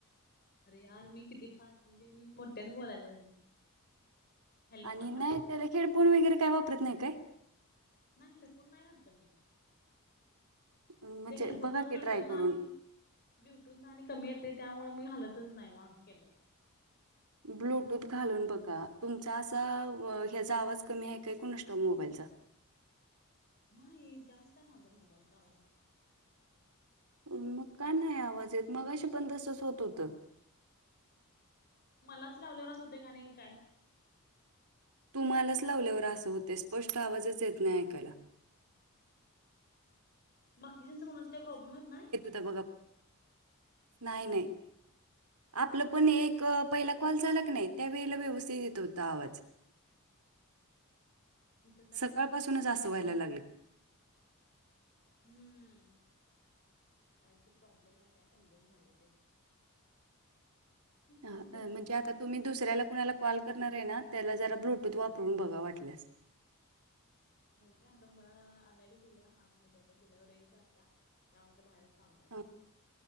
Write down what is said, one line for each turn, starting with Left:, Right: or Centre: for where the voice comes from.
Left: अरे यार, मी किती फास्ट! म्हणजे मी मोठ्याने, बोलायलोय मी. हॅलो
Right: आणि,
Left: आता
Right: नाही तर हेडफोन वगैरे काय वापरत नाही काय?
Left: नाही, हेडफोन नाही घातलं मी.
Right: म्हणजे
Left: ते हेडफोनन,
Right: बघा
Left: ब्लूटूथन
Right: की ट्राय करून
Left: आणि ब्लुटूथन आणि कमी येतय, त्यामुळं मी घालतच नाही. म, असं केल्यावर-
Right: ब्लूटूथ घालून बघा, तुमचा असा ह्याचा आवाज कमी आहे काय, कुणास ठाऊक? मोबाईलचा?
Left: नाही. जास्त आहे माझा मोबाईलचा आवाज.
Right: मग, कां नाही आवाज येत? मगाशी पण, तसंच होत होत.
Left: मलाच, लावल्यावर असं होतयं का आणि काय
Right: तुम्हालाच लावल्यावर आसं होतंय, स्पष्ट आवाजच येत नाही ऐकायला.
Left: बाकीच्यांचा कुणाचा काय प्रॉब्लेम येत नाही?
Right: तर बघा, नाही-नाही. <unintelligible> आपलं पण, एक पहिला कॉल झाला की नाही, त्यावेेळेला व्यवस्थित येत होता आवाज.
Left: इथं काय
Right: सकाळपासूनच
Left: रेंज नाही
Right: आसं
Left: की काय
Right: व्हायला
Left: मला
Right: लागलय.
Left: हम्म, काहीतरी प्रॉब्लेम आहे काय, समजना झालंय ते. -
Right: अ
Left: पण तर
Right: म्हणजे, आता
Left: काय
Right: तुम्ही
Left: पाऊस
Right: दुसऱ्याला
Left: पण
Right: कुणालाऽ- कॉल करणार आहे ना, त्याला जरा ब्लूटूथ वापरून बघा वाटल्यास.
Left: होय काय, आता मला आणायला गेल्या, आतमध्ये आता गेल्यावर रेंज जात्या, त्यामुळे ईथ बाहेरच थांबल्या. मी
Right: ह.